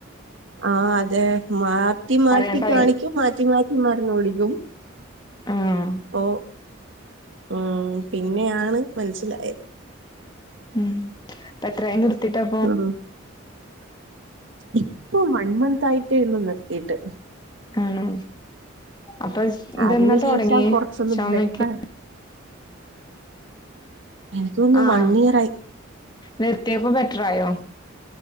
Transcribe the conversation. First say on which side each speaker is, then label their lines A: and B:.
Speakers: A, on the right (about 65°); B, on the left (about 20°).
A: ആഹ് അതെ മാറ്റി മാറ്റി
B: അറിയാൻ ടൈം
A: കാണിക്കും മാ മാറ്റി മാറ്റി മാരുന്ന് കുടിക്കും
B: ആഹ്
A: ഓഹ് ഉം പിന്നെയാണ് മനസ്സിലായത്.
B: ഉം ഇപ്പം എത്രായി നിർത്തിട്ട പ്പൊ.
A: ഉം ഇപ്പൊ വൺ മന്ത് ആയിട്ടേ ഉള്ളൂ നിർത്തിയിട്ട്.
B: ആണോ അപ്പൊ ഇതെന്നാ
A: അതിന് ശേഷം
B: തുടങ്ങിയ
A: കൊറച്ചൊന്ന്
B: ചോമക്കെ
A: ബെറ്ററാ എനിക്ക് തോന്നുന്നു
B: ആഹ്
A: വൺ ഇയർ ആയി
B: നിർത്തിയപ്പോ ബെറ്ററായോ?